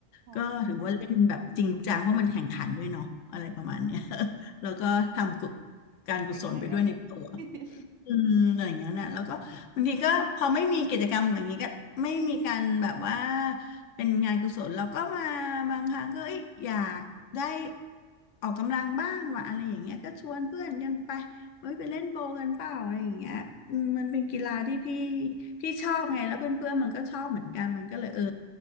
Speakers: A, on the right (about 70°); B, on the left (about 85°).
A: ค่ะ
B: ก็ถือว่าเล่นแบบจริงจังเพราะมันแข่งขันด้วยเนาะอะไรประมาณเนี้ย <laughs> แล้วก็ทำกุการกุศลไปด้วยในตัว
A: เก่งไหมเอ่ย <laughs>
B: อืมอย่างเงี้ยนะแล้วก็บางทีก็พอไม่มีกิจกรรมอย่างนี้ก็ไม่มีการแบบว่าเป็นงานกุศลเราก็มาบางครั้งก็เอ้ยอยากได้ออกกำลังบ้างว่ะอะไรอย่างเงี้ยก็ชวนเพื่อนกันไปเฮ้ยไปเล่นโบว์กันเปล่าอะไรอย่างเงี้ยอืมมันเป็นกีฬาที่พี่พี่ชอบไงแล้วเพื่อนเพื่อนมันก็ชอบเหมือนกันมันก็เลยเออ